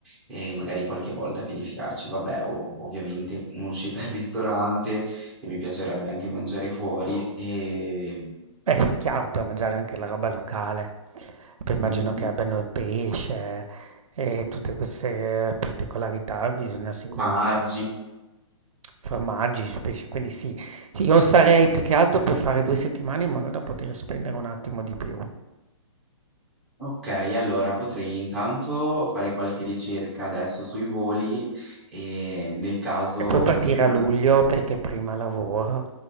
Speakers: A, in the centre; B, on the right.
A: e magari qualche volta pianificarci, vabbè, o- ovviamente un'uscita al ristorante che mi piacerebbe anche mangiare fuori e
B: eh sì, chiaro, per mangiare anche la roba locale. Poi immagino
A: Certo.
B: che abbiano il pesce e tutte queste particolarità, bisogna sicuramente
A: formaggi.
B: formaggi, pesce, quindi sì. Sì, io sarei più che altro per fare 2 settimane in modo da poter spendere un attimo di più.
A: Ok, allora potrei intanto fare qualche ricerca adesso sui voli e nel caso
B: E poi partire
A: potremmo...
B: a luglio perché prima lavoro,